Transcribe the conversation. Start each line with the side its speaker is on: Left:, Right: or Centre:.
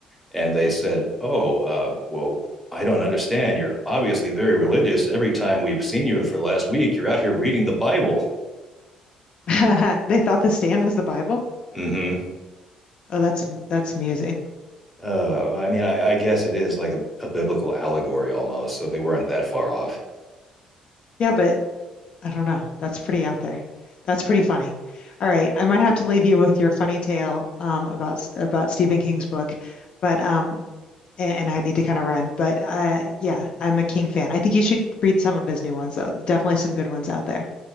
Centre: and they said, "Oh, uh, well, I don't understand. You're obviously very religious. Every time we've seen you for the last week, you're out here reading the Bible."
Left: <laughs> They thought the stand was the Bible.
Centre: Mm-hmm.
Left: Oh, that's that's amusing.
Centre: Uh, I mean, I, I guess it is like a, a biblical allegory almost. So they weren't that far off.
Left: Yeah, but I don't know. That's pretty out there. That's pretty funny. All right, I might have to leave you with your funny tale um, about about Stephen King's book, but um, a- and, I need to kind of run. But uh, yeah, I'm a King fan. I think you should read some of his new ones though. Definitely some good ones out there.